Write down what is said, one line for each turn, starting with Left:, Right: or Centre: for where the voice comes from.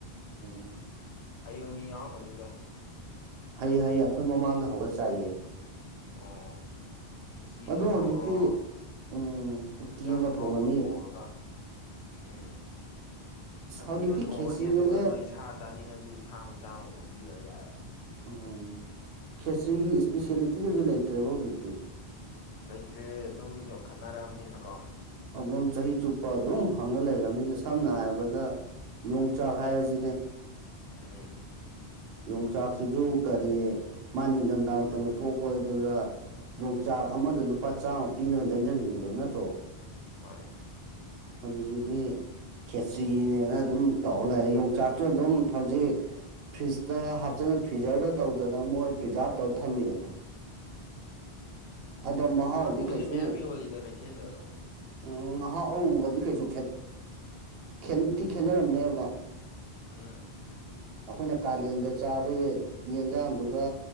Right: ꯎꯝ
Left: ꯍꯕ ꯃꯤ ꯌꯥꯎꯕꯅꯤꯗ
Right: ꯍꯩꯌꯦ ꯍꯩꯌꯦ ꯑꯩꯈꯣꯏ ꯃꯃꯥꯡꯗ ꯍꯧꯔꯒ ꯆꯥꯏꯌꯦ
Left: ꯑꯣ ꯈꯤꯆꯤꯗꯨꯃ
Right: ꯑꯗꯣ ꯍꯧꯖꯤꯛꯇꯤ
Left: ꯍꯧꯔꯣ
Right: ꯎꯝ ꯎꯇꯤ
Left: ꯏꯟꯁꯥꯡ ꯑꯍꯥꯎꯕ
Right: ꯊꯣꯡꯉꯅꯤ
Left: ꯑꯃ ꯊꯣꯡꯉꯒ ꯎꯝ
Right: ꯑꯁ
Left: ꯎꯇꯤ
Right: ꯍꯧꯖꯤꯛꯇꯤ
Left: ꯑꯃ ꯊꯣꯡꯉꯅꯤ
Right: ꯈꯦꯆ꯭ꯔꯤꯒꯁꯦ
Left: ꯑꯗꯨꯒ ꯅꯣꯏ ꯁꯥ ꯆꯥꯅꯤꯡꯉꯗꯤ ꯁꯥ ꯃꯆꯥꯃ ꯉꯧꯕꯤꯔ ꯌꯥꯔꯦ
Right: ꯎꯝ ꯈꯦꯆ꯭ꯔꯤꯒꯤ ꯁꯄꯤꯁꯦꯂꯤꯇꯤ ꯒꯁꯦ ꯂꯩꯇ꯭ꯔꯦꯕ ꯍꯧꯖꯤꯛꯇꯤ
Left: ꯂꯩꯇ꯭ꯔꯦ ꯑꯗꯨꯝ ꯌꯣꯟꯈꯠꯅꯔꯛꯑꯕꯅꯤꯅꯀꯣ
Right: ꯑꯗꯨꯝ ꯆꯍꯤ ꯆꯨꯞꯄ ꯑꯗꯨꯝ ꯐꯪꯉ ꯂꯩꯔꯕꯅꯤꯅ ꯁꯝꯅ ꯍꯥꯏꯔꯕꯗ ꯌꯣꯡꯆꯥꯛ ꯍꯥꯏꯔꯁꯤꯅꯦ
Left: ꯎꯝ
Right: ꯌꯣꯡꯆꯥꯛꯁꯤꯁꯨ ꯀꯔꯤ ꯃꯥ ꯅꯤꯡꯊꯝꯊꯥ ꯃꯇꯝꯗ ꯊꯣꯛꯄꯗꯨꯗ ꯌꯣꯡꯆꯥꯛ ꯑꯃꯗ ꯂꯨꯄꯥ ꯆꯥꯝꯃ ꯄꯤꯔꯒ ꯂꯩꯅꯔꯤꯃꯤꯕ ꯅꯠꯇ꯭ꯔꯣ
Left: ꯃꯥꯅꯦ
Right: ꯍꯧꯖꯤꯛꯁꯤꯗꯤ ꯈꯦꯇ꯭ꯔꯤꯅꯦꯅ ꯑꯗꯨꯝ ꯇꯧꯔ ꯂꯩꯔꯦ ꯌꯣꯡꯆꯥꯛꯁꯨ ꯑꯗꯨꯝ ꯍꯧꯖꯤꯛ ꯐ꯭ꯔꯤꯖꯇ ꯍꯥꯞꯆꯟꯅ ꯐ꯭ꯔꯤꯖꯔꯗ ꯇꯧꯗꯅ ꯃꯣꯏ ꯄ꯭ꯔꯤꯖꯥꯕ ꯇꯧꯔ ꯊꯝꯃꯤꯗꯅ ꯑꯗꯣ ꯃꯍꯥꯎꯗꯤ
Left: ꯃꯔꯨꯁꯦ
Right: ꯀꯩꯁꯨ
Left: ꯃꯌꯥꯝ ꯌꯣꯜꯂꯤꯗ ꯀꯩꯊꯦꯜꯗꯒ
Right: ꯎꯝ ꯉꯥꯏꯍꯥꯛ ꯑꯒꯗꯤ ꯀꯩꯁꯨ ꯈꯦꯅꯇꯤ ꯈꯦꯠꯅꯔꯝꯅꯦꯕ
Left: ꯎꯝ
Right: ꯑꯩꯈꯣꯏꯅ ꯀꯥꯂꯦꯟꯗ ꯆꯥꯕ ꯌꯦꯟꯁꯥꯡꯗꯨꯒ